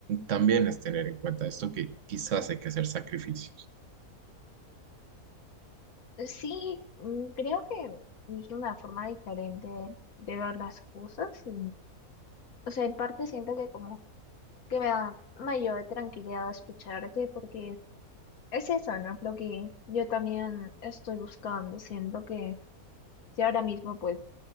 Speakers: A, on the right; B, on the left.
A: También es tener en cuenta esto que quizás hay que hacer sacrificios. <laughs>
B: Sí, mm, creo que es una forma diferente de ver las cosas y, o sea, en parte siento que como que me da mayor tranquilidad escucharte porque es eso, ¿no? Es lo que yo también estoy buscando. Siento que si ahora mismo pues